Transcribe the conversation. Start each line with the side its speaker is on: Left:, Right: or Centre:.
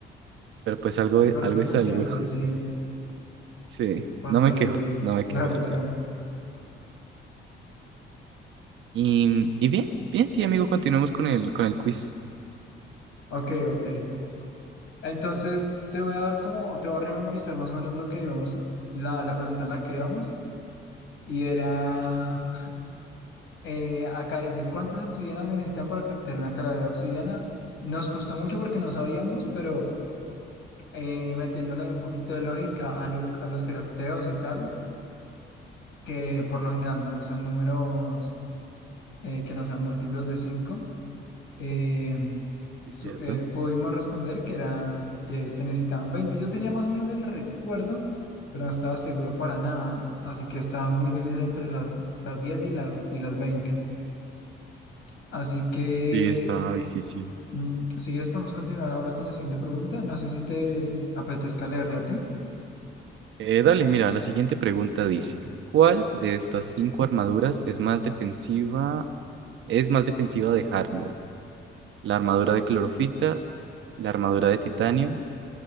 Right: pero pues algo,
Left: pero
Right: algo
Left: es suficiente,
Right: es algo. <laughs>
Left: sí,
Right: Sí,
Left: para
Right: no
Left: sobrevivir.
Right: me quejo, no me
Left: Claro,
Right: quejo, la
Left: claro.
Right: verdad. Y, y bien, bien, sí, amigo, continuemos con el, con el quiz,
Left: Ok, ok. Entonces te voy a dar como, te voy a rememorizar más o menos lo que íbamos, la, la pregunta en la que íbamos, y era, eh, acá dice, ¿cuántas obsidianas se necesitan para craftear una calavera de obsidiana? Nos costó mucho porque no sabíamos, pero eh, metiéndole un poquito de lógica a los, a los crafteos y tal, que por lo general no usan números eh, que no sean múltiplos de 5 eh,
Right: Sí,
Left: su-
Right: ¿cierto?
Left: eh, pudimos responder que era que se necesitaban veinte Yo tenía más o menos el recuerdo, pero no estaba seguro para nada, así que estaba muy difícil entre las, las 10 y las, y las veinte Así que,
Right: Sí, está difícil.
Left: mm, si quieres, podemos continuar ahora con la siguiente pregunta. No sé si te apetezca leerla a ti.
Right: Eh, dale, mira, la siguiente pregunta dice, ¿cuál de estas cinco armaduras es más defensiva, es más defensiva de Hard Mode? ¿La armadura de clorofita, la armadura de titanio,